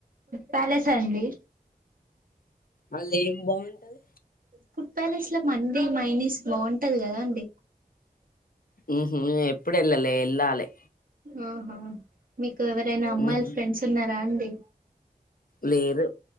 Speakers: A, on the right; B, on the left.
A: ప్యాలెస్ అండీ
B: అల్లేం బావుంటది
A: ఫుడ్ ప్యాలెస్ లో మండీ మైనిస్ బావుంటది కదండి
B: హుహూ ఎప్పుడెళ్లలే ఎల్లాలే
A: ఆహా మి కెవరైనా అమ్మాయిలు
B: ఉమ్
A: ఫ్రెండ్స్ ఉన్నారా డి
B: లేరు